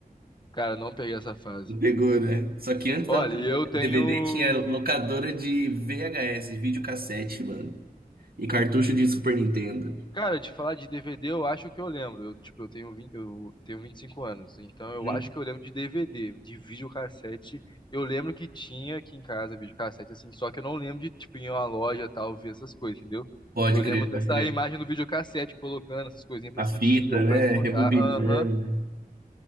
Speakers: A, on the left (about 30°); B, on the right (about 75°).
A: Cara, não peguei essa fase.
B: Pegou, né? Só que antes
A: Olha,
B: da locadora
A: e eu tenho.
B: de DVD tinha locadora de VHS, videocassete, mano. E cartucho de Super Nintendo.
A: Cara, de falar de DVD, eu acho que eu lembro. Eu, tipo, eu tenho 20, eu tenho 25 anos, então
B: Hum,
A: eu acho que eu lembro de DVD, de videocassete. Eu lembro que tinha aqui em casa videocassete, assim, só que eu não lembro de, tipo, ir em uma loja tal, ver essas coisas, entendeu?
B: Pode
A: Eu
B: crer,
A: lembro dessa
B: pode crer.
A: imagem do videocassete colocando essas coisinhas pra
B: A
A: assistir
B: fita,
A: ou
B: né?
A: pra escutar.
B: Rebobinando.
A: Aham,